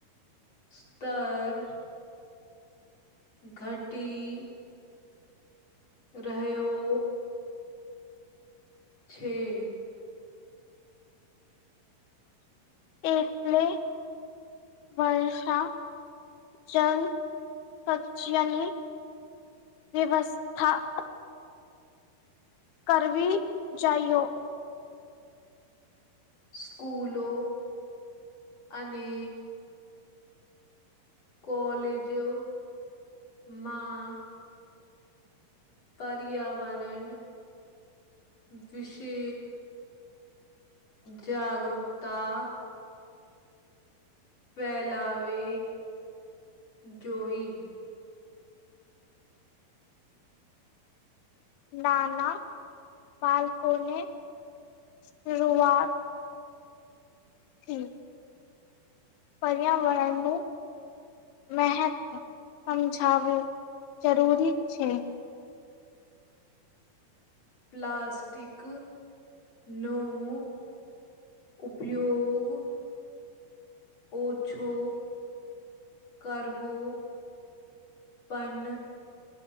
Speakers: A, on the left; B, on the left.
A: સ્તર ઘટી રહ્યો છે.
B: એકલે વર્ષ જલ સબ્જીયાની વ્યવસ્થા કરવી જાયઓ
A: સ્કૂલો અને કોલેજમાં પર્યાવરણ વિશે જાગરુકતા ફેલાવે જોઈ
B: નાના બાલકોને શરઆત ઠી પર્યાવરણનું મહત્વ સમજાવું જરૂરી છે
A: પ્લાસ્ટિક નું ઉપયોગ ઓછો કરવો પન